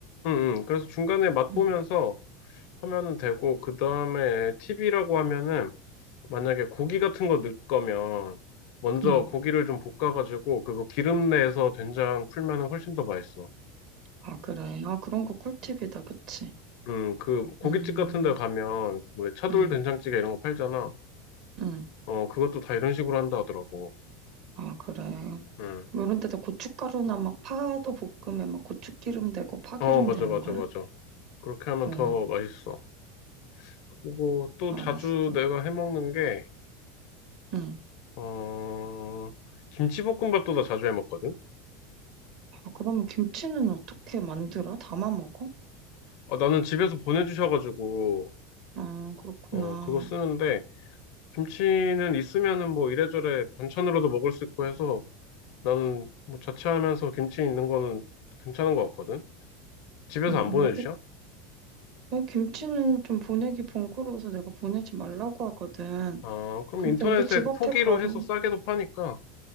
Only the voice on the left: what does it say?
응, 응. 그래서 중간에 맛 보면서
하면은 되고, 그 다음에 팁이라고 하면은 만약에 고기 같은 거 넣을 거면 먼저
고기를 좀 볶아가지고 그거 기름 내서 된장 풀면은 훨씬 더 맛있어.
음, 그 고깃집
같은 데 가면 왜 차돌
된장찌개 이런 거 팔잖아.
어, 그것도 다 이런 식으로 한다 하더라고.
음.
어, 맞아,
맞아,
맞아. 그렇게 하면
더 맛있어. 그리고 또
자주 내가 해 먹는 게,
어, 김치볶음밥도 나 자주 해 먹거든?
어, 나는 집에서 보내주셔가지고,
어, 그거 쓰는데, 김치는 있으면은 뭐 이래저래 반찬으로도 먹을 수 있고 해서 나는 뭐 자취하면서 김치 있는 거는 괜찮은 것 같거든. 집에서
안 보내주셔?
아, 그럼
인터넷에
포기로
해서 싸게도 파니까,